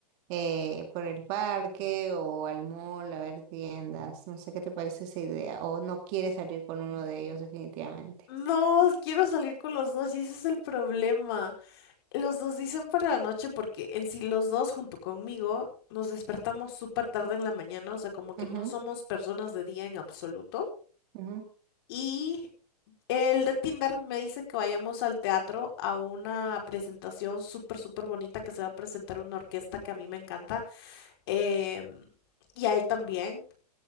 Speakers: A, on the right (about 25°); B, on the left (about 35°).
A: eh, por el parque o al mall a ver tiendas. No sé qué te parece esa idea. O no quieres salir con uno de ellos definitivamente.
B: No, quiero salir con los dos y ese es el problema. Los dos dicen para la noche porque en sí los dos junto conmigo nos despertamos súper tarde en la mañana, o sea, como que
A: Ujú,
B: no somos personas de día en absoluto.
A: ujú,
B: Y el de Tinder me dice que vayamos al teatro a una presentación súper, súper bonita que se va a presentar una orquesta que a mí me encanta. em, y a él también,